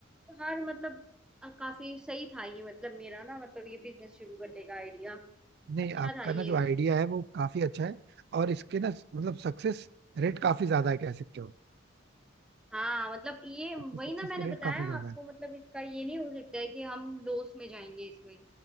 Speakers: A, in the centre; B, on the right.
A: हर मतलब अ, काफी सही था ये मतलब मेरा ना मतलब ये बिजनेस शुरू करने का आइडिया
B: नहीं
A: अच्छा
B: आपका
A: था ये
B: ना जो आइडिया है वो काफी अच्छा है और इसके ना मतलब सक्सेस रेट काफी ज्यादा है कह सकते हो
A: हाँ मतलब ये वही
B: इसके सक्सेस
A: ना मैंने
B: के
A: बताया
B: रेट काफी ज्यादा
A: आपको
B: है
A: मतलब इसका ये नहीं हो सकता है कि हम लॉस में जाएंगे इसमें